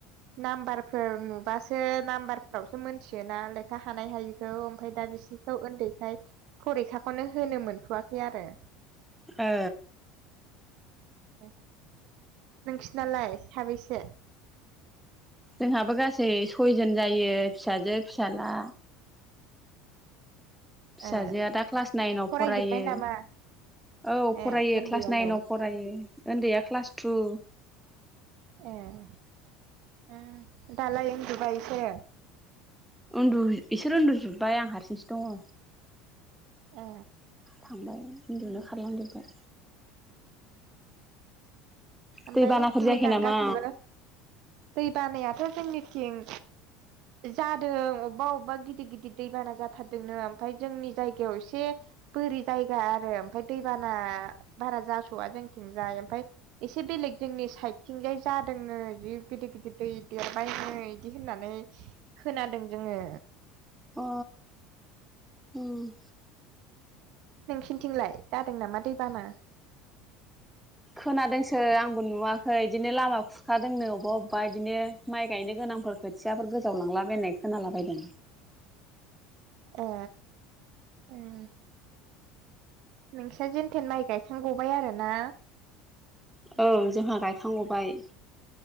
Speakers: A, on the right (about 55°); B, in the centre.
A: नाम्बारफोर नुबासो नाम्बारफोरावसो मोनथियोना हानाय हायिखौ आमफाय दा बेसि उन्दैखाय फरिखाखौनो होनो मोनथ'वाखै आरो
B: ए
A: <unintelligible> नोंसिनालाय साबेसे
B: जोंहाबो गासै सयजन जायो फिसाजो फिसाजाला फिसाजोआ
A: ए
B: दा क्लास नाइनाव
A: फरायजोब्बाय
B: फरायो
A: नामा
B: औ फरायो
A: ए उन्दैयालाय
B: क्लास नाइनाव फरायो उन्दैया क्लास टु
A: ए दालाय उन्दुबाय इसो
B: उन्दु बिसोर उन्दुजोबबाय आं हारसिंसो दङ
A: ए
B: थांबाय उन्दुनो
A: उम
B: खारलांजोबबाय
A: आमफय
B: दैबानाफोर जायाखै
A: मोजां
B: नामा
A: गासिबो दै बानायाथ' जोंनिथिं जादों अबेबा अबेबा गिदिर गिदिर दैबाना जाथारदोंनो ओमफाय जोंनि जायगायाव एसे बोरि जायगा आरो ओमफाय दैबाना बारा जास'वा जोंथिंजाय ओमफाय एसे बेलेग जोंनि साइडथिंजाय जादोंनो जि गिदिर गिदिर दै देर माइ बिदि होननानै खोनादों जोङो
B: अ ओम
A: नोंसिनिथिंलाय जादों नामा दैबाना
B: खोनादोंसो आंबो नुवाखै बिदिनो लामा खुरखादोंनो अबेबा अबेबा बिदिनो माइ गायनो गोनांफोरखौ खोथियाफोर गोजावलांलाबायनाय खोनालाबायदों
A: ए ओम नोंसा जेनथेन माइ गायखांगबाय आरोना
B: औ जोंहा गायखांगबाय